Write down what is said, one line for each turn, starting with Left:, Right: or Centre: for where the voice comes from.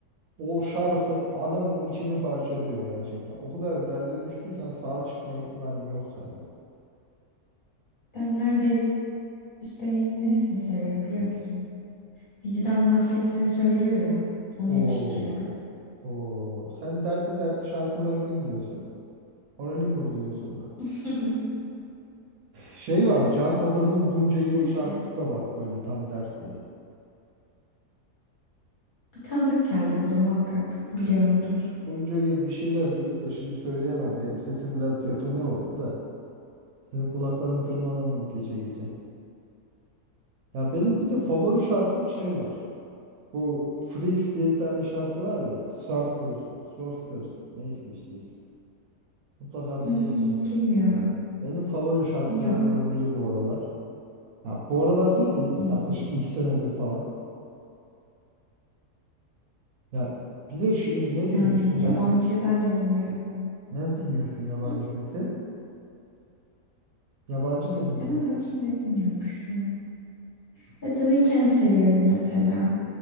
Right: o şarkı adamın içini parçalıyor gerçekten. O kadar derde düştüysen sağa çıkma ihtimalin yok zaten.
Left: Ben Merve Özbey'in nesini seviyorum biliyor musun? Vicdanın affetsini söylüyor ya. Onu
Right: Oo,
Left: yakıştırıyorum.
Right: oo. Sen dertli dertli şarkıları dinliyorsun. Moralim bozuluyor sonra.
Left: <laughs>
Right: Şey var, Can Kazaz'ın Bunca Yıl
Left: Öyle.
Right: şarkısı da bak böyle tam dertli.
Left: Tanıdık geldi bu da muhakkak biliyorumdur.
Right: Bunca yıl bir şeyler diyordu da şimdi söyleyemem. Benim sesim biraz detone oldu da. Senin kulaklarını tırmalamayayım gece gece. Ya benim bir de favori şarkım şey var. Bu Freaks diye bir tane şarkı var ya. Surf Person, Surf Curse, neyse işte ismi. Mutlaka
Left: Hmm,
Right: bilirsin onu.
Left: bilmiyorum.
Right: Benim favori şarkılarımdan
Left: Yok.
Right: biri bu aralar. Ya bu aralar değil de bir
Left: Hmm,
Right: yaklaşık iki senedir falan. Ya bir de şimdi ne
Left: yani
Right: demiştim ben
Left: yabancı
Right: sana?
Left: ben de dinliyorum.
Right: Ne dinliyorsun yabancı
Left: Hı?
Right: peki? Yabancı ne dinliyorsun?
Left: Hemen bakayım ne dinliyormuşum. Ya The Weeknd seviyorum mesela.